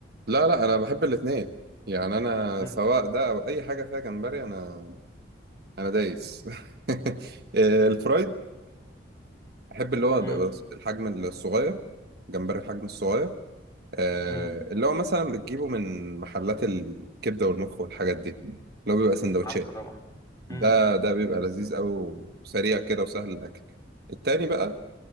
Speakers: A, on the right (about 55°); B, on the left (about 20°).
A: لا لا انا بحب الاثنين يعني انا
B: امم
A: سواء ده او اي حاجه فيها جمبري انا انا دايس <laughs> آه، الفرايد احب اللي هو
B: امم
A: بيبقى الحجم الصغير جمبري الحجم الصغير آه،
B: امم
A: اللي هو مثلا بتجيبه من محلات الكبده والمخ والحاجات دي اللي هو بيبقى سندوتشات
B: عارفه طبعا
A: ده
B: امم
A: ده بيبقى لذيذ قوي وسريع كده وسهل الاكل التاني بقى